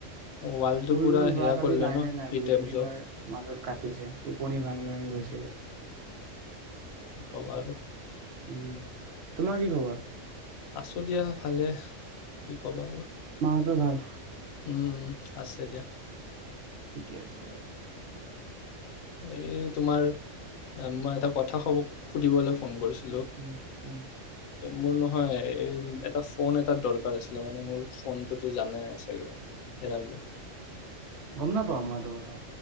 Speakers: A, on the left; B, on the right.
A: ৱালটো
B: মোৰতো
A: পুৰা সেয়া
B: যোৱাকালি
A: কৰিলে
B: লাইনে
A: ন
B: নাই
A: হিট
B: দুই তিনিবাৰ
A: এবজৰ।
B: মাজত কাটিছে টোপনি ভাঙি ভাঙি গৈছেগে
A: কি কবা আৰু
B: উম তোমাৰ কি খবৰ
A: আছো দিয়া ভালে কি কবা আৰু
B: মোৰটো ভাল
A: উম উম আছে দিয়া
B: ঠিকে আছে বাৰু
A: এ তোমাৰ মই এটা কথা সুধিবলৈ ফোন কৰিছো
B: উম উম
A: মোৰ ন হয় এই এটা ফোন এটা দৰকাৰ আছিলে মানে মোৰ ফোনটোতো জানই নাই চাগে হেৰালে
B: গম নপাওঁ মই এইটো কথা